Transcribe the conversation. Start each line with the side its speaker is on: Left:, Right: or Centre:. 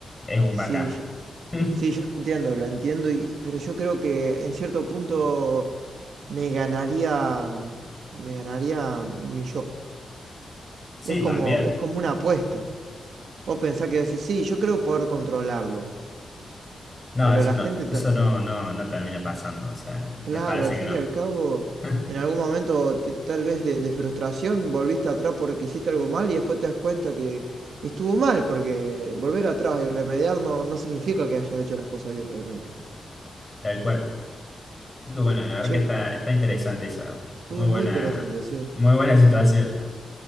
Left: Es un
Right: Sí,
Left: backup.
Right: yo-
Left: <laughs>
Right: sí, yo lo entiendo, lo entiendo, y- pero yo creo que en cierto punto me ganaría, me ganaría mi yo.
Left: Sí,
Right: Es como,
Left: también.
Right: es como una apuesta. Vos pensás que decís, sí, yo creo poder controlarlo,
Left: No,
Right: pero
Left: eso
Right: la
Left: no,
Right: gente,
Left: eso
Right: ta-
Left: no, no, no termina pasando. O sea,
Right: claro,
Left: me parece
Right: al fin
Left: que no.
Right: y al cabo,
Left: <laughs>
Right: en algún momento te- tal vez de, de frustración volviste atrás porque hiciste algo mal y después te das cuenta que estuvo mal, porque volver atrás y remediar no, no significa que hayas hecho las cosas bien realmente.
Left: Tal cual. Así que bueno, la verdad
Right: Che,
Left: que está, está interesante esa.
Right: estuvo
Left: Muy buena,
Right: muy interesante, sí.
Left: muy buena situación.